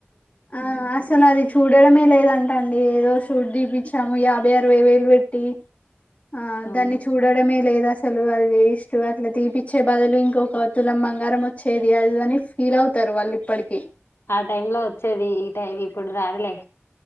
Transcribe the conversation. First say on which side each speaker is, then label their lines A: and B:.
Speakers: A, on the left; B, on the left.
A: ఆ అసలది చూడడమే లేదంటా అండి ఏదో షూట్ దిపించాము యాభై అరవై వేలు వెట్టి ఆ
B: అవును
A: దాన్ని చూడడమే లేదు అసలు అది వేస్ట్ అట్లా తీపి చ్చే బదులు ఇంకొక తులం బంగారం వచ్చేది అది అని ఫీల్ అవుతారు వాళ్ళు ఇప్పడికి
B: ఆ టైమ్ లో వచ్చేది ఈ టైమ్ ఇప్పుడు రాదులే